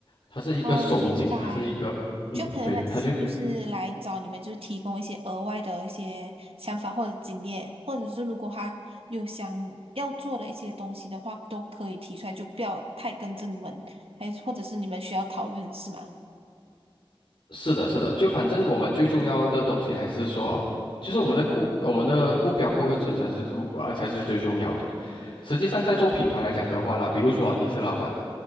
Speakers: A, on the left (about 60°); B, on the right (about 80°).
A: 它是一个收紧，
B: 哦，明白。
A: 它是一个嗯，
B: 就可能他只是就是来找你们，
A: 对，它就
B: 就是提供一些额外的一些想法或者经验，或者是如果他有想要做的一些东西的话，都可以提出来，就不要太跟着你们，还或者是你们需要讨论是吗？
A: 是的，是的，就反正我们最重要的东西还是说，就是我们的顾，我们的目标顾客层才是，嗯，啊，才是最重要的。实际上，在做品牌来讲的话啦，比如说你是老板，